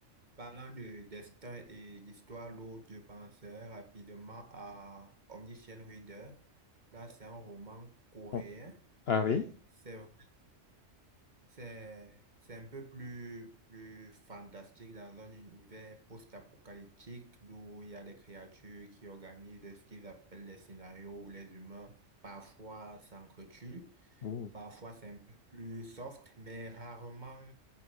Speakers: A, on the right; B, on the left.
A: Parlant de destin et d'histoire lourde, je pensais rapidement à Omniscient Reader. Là, c'est un roman coréen.
B: Bon. Ah oui?
A: C'est vrai- c'est, c'est un peu plus, plus fantastique dans un univers post-apocalyptique où il y a des créatures qui organisent ce qu'ils appellent des scénarios où les humains parfois s'entretuent.
B: Ouh.
A: Parfois, c'est un peu plus soft, mais rarement,